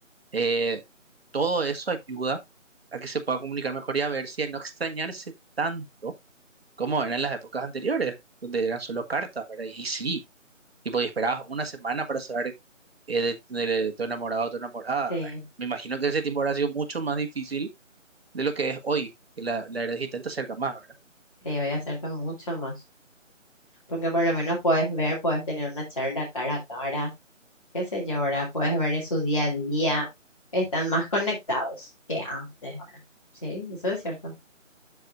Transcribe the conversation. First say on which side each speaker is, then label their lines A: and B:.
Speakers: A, on the right; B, on the left.
A: eh, todo eso ayuda a que se pueda comunicar mejor y a ver si a no extrañarse tanto como eran las épocas anteriores, donde eran solo cartas, ¿verdad? Y sí, tipo, y esperabas una semana para saber eh, de, de- de tu enamorado o tu enamorada.
B: Sí,
A: Me imagino que ese tiempo habrá sido mucho más difícil de lo que es hoy, que la, la era digital te acerca más, ¿verdad?
B: sí, hoy acerca mucho más. Porque por lo menos puedes ver, puedes tener una charla cara a cara, qué sé yo, ¿verdad? Puedes ver de su día a día. Están más conectados que antes, ¿verdad? Sí, eso es cierto.